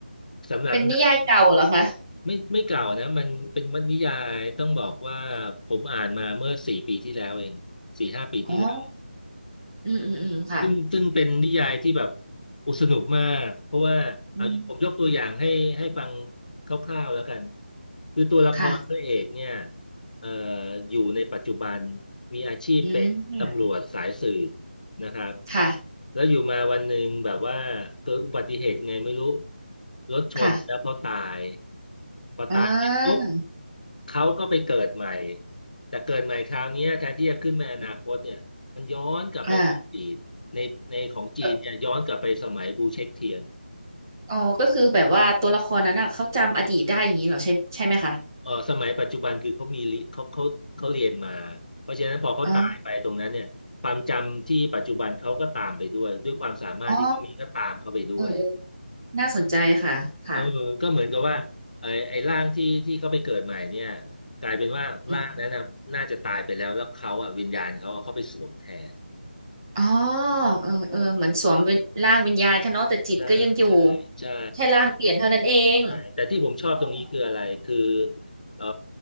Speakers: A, on the left (about 45°); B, on the right (about 15°).
A: สำหรับ
B: เป็นนิยายเก่าเหรอคะ
A: ไม่ไม่เก่านะมันเป็นวรรณนิยายต้องบอกว่าผมอ่านมาเมื่อสี่ปีที่แล้วเองสี่ห้าปีที่แล้ว
B: อ๋ออืมอืมอืมค่ะ
A: ซึ่งซึ่งเป็นนิยายที่แบบโอุสนุกมากเพราะว่าเอาผมยกตัวอย่างให้ให้ฟัง
B: อืมอืม
A: คร่าวๆแล้วกันคือตัวละครพระเอกเนี่ย
B: ค่ะ
A: เอ่ออยู่ในปัจจุบันมีอาชีพเป็นตำรวจสายสืบ
B: อืม
A: นะครับ
B: ค่ะ
A: แล้วอยู่มาวันหนึ่งแบบว่าเกิดอุบัติเหตุไงไม่รู้รถชนแล้วเขาตาย
B: ค่ะ
A: พอตายเสร็จปุ๊บ
B: อ่า
A: เขาก็ไปเกิดใหม่แต่เกิดใหม่คราวเนี้ยแทนที่จะขึ้นไปอนาคตเนี่ยมันย้อนกลับไปในอดีต
B: อ่า
A: ในในของจีนเนี่ยย้อนกลับไปสมัยบูเช็กเทียน
B: เอ่ออ๋อก็คือแบบว่าตัวละครนั้นอ่ะเขาจำอดีตได้อย่างนี้เหรอใช่ใช่ไหมคะ
A: เออสมัยปัจจุบันคือเขามีลิเขาเขาเขาเรียนมาเพราะฉะนั้นพอเขาตายไปตรงนั้นเนี่ยความจำที่ปัจจุบันเขาก็ตามไปด้วยด้วยความสามารถที่เขามีก็ตามเขาไปด้วย
B: อ๋ออ๋อ เออ เออ น่าสนใจค่ะค่ะ
A: เออก็เหมือนกับว่าไอ้ไอ้ร่างที่ที่เขาไปเกิดใหม่เนี่ยกลายเป็นว่าร่างนั้นน่ะน่าจะตายไปแล้วแล้วเขาอ่ะวิญญาณเขาอะเขาไปสวมแทน
B: อืมอ๋อเออเออเหมือนสวมเป็นร่างวิญญาณค่ะเนาะแต่จิตก็ยังอยู่
A: ใช่ใช่ใช่
B: แค่ร่างเปลี่ยนเท่านั้นเอง
A: ใช่แต่ที่ผมชอบตรงนี้คืออะไรคือ
B: อม
A: เอ่อ